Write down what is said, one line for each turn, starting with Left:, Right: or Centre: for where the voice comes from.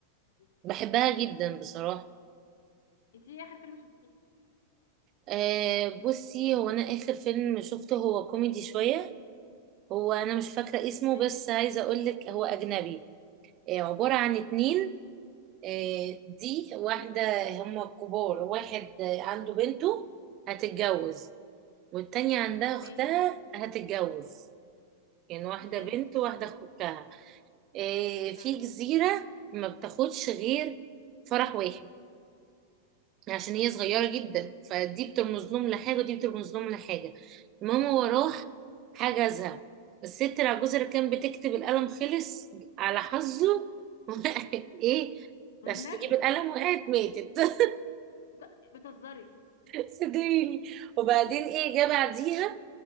Left: دي
Right: بحبها جدا بصراحة
Left: انت ايه اخر فيلم شفتيه
Right: آه بصي هو انا اخر فيلم شفته هو كوميدي شوية هو انا مش فاكره اسمه
Left: اي
Right: بس
Left: واحد
Right: عايزه اقول لك هو اجنبي آه، عباره عن اتنين آه، دي واحده هم كبار واحد آه، عنده بنته هتتجوز والتانية عندها
Left: ماشي
Right: اختها هتتجوز يعني واحده
Left: ماشي
Right: بنت وواحده اختها آه، في
Left: طيب
Right: جزيره ما بتاخدش غير فرح واحد عشان هي صغيرة جدا فدي بترمز لهم لحاجة ودي بترمز لهم لحاجة المهم هو راح حجزها الست العجوزة اللي كانت بتكتب القلم خلص على حظه <laughs> وقعت ايه
Left: والنبي
Right: عشان تجيب القلم وقعت ماتت <laughs>
Left: بت- بتهزري
Right: صدقيني وبعدين ايه جه بعديها